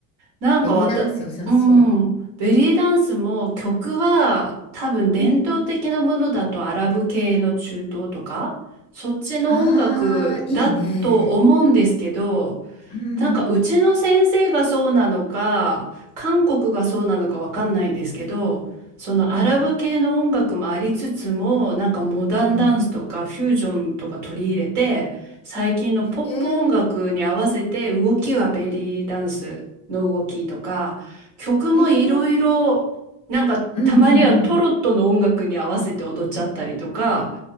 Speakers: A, on the right; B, on the left.
A: なんかわた、
B: ベリーダンス良さそ
A: うん、ベリーダンスも曲は多分伝統的なものだとアラブ系の中東とか、
B: う、うん、
A: そっちの音楽だと思うんですけど、
B: ああいいね、うん、
A: なんかうちの先生がそうなのか、韓国がそうなのかわかんないんですけど、そのアラブ系の音楽もありつつも、
B: うんうん
A: なんかモダンダンスとかフュージョンとか取り入れて、
B: うん
A: 最近のポップ音楽に合わせて動きはベリーダンスの動きとか、
B: へえ
A: 曲もいろいろ、
B: へえ
A: なんかたまにはトロットの音楽に合わせて踊っちゃったりとか、
B: うんうんうん